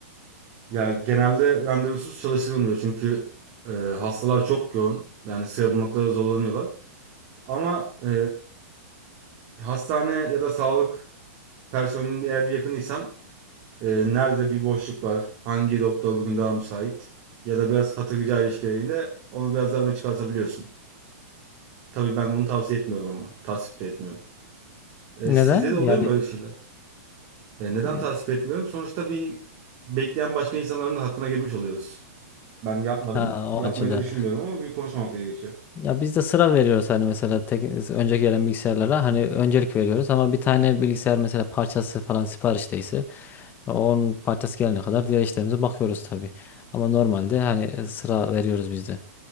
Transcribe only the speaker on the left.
Neden?
Yani
e,
ha, o
açıdan.
Ya biz de sıra veriyoruz hani mesela tek, önce gelen bilgisayarlara hani öncelik veriyoruz ama bir tane bilgisayar mesela parçası falan siparişteyse onun parçası gelene kadar diğer işlerimize bakıyoruz tabii. Ama normalde hani sıra veriyoruz biz de.